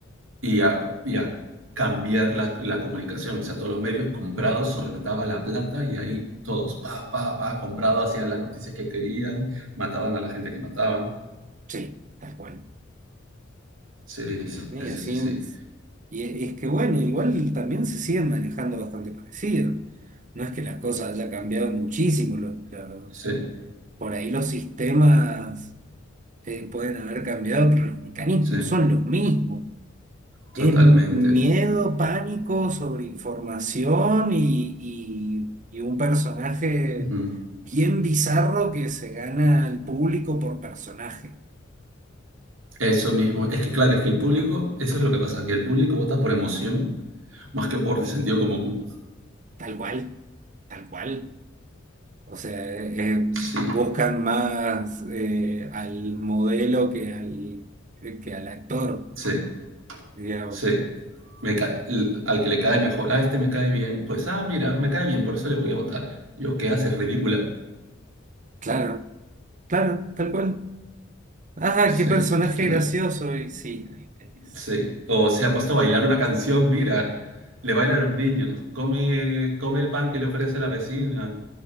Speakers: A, on the right (about 85°); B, on the right (about 40°).
A: y a, y a cambiar la, la, comunicación. O sea, todos los medios comprados soltaba la plata y ahí todos, pa, pa, pa, comprado, hacían las noticias que querían, mataban a la gente que mataban.
B: Sí, tal cual.
A: Sí, sí,
B: Y
A: sí,
B: así,
A: sí, sí, sí,
B: y e- es que bueno, igual también se siguen manejando bastante parecido. No es que las cosas haya cambiado muchísimo, los, los-
A: sí,
B: por ahí los sistemas eh, pueden haber cambiado, pero los mecanismos
A: sí,
B: son los mismos. Es
A: totalmente.
B: miedo, pánico, sobreinformación y, y, y un personaje
A: Uh -huh.
B: bien bizarro que se gana al público por personaje,
A: Eso mismo. Es que claro, es que el público, eso es lo que pasa, que el público vota por emoción más que por el sentido común.
B: tal cual, tal cual. O sea, eh, buscan
A: Sí,
B: más eh, al modelo que al, que al actor,
A: sí.
B: digamos.
A: Sí. Me ca- l- al que le cae mejor, ah, este me cae bien, pues, ah, mira, me cae bien, por eso le voy a votar. Yo, ¿qué haces? Ridícula.
B: Claro, claro, tal cual. Ah,
A: Sí,
B: qué personaje
A: es que no.
B: gracioso. Y sí, ahí tenés.
A: Sí. O se ha puesto a bailar una canción, mira, le baila a los niños, come, come el pan que le ofrece la vecina.